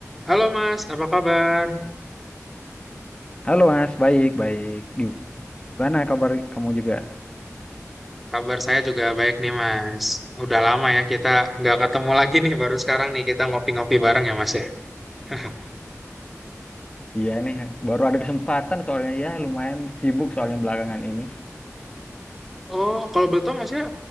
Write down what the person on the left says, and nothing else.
Halo Mas, baik, baik. Gimana kabar kamu juga?
Iya nih, baru ada kesempatan soalnya ya lumayan sibuk soalnya belakangan ini.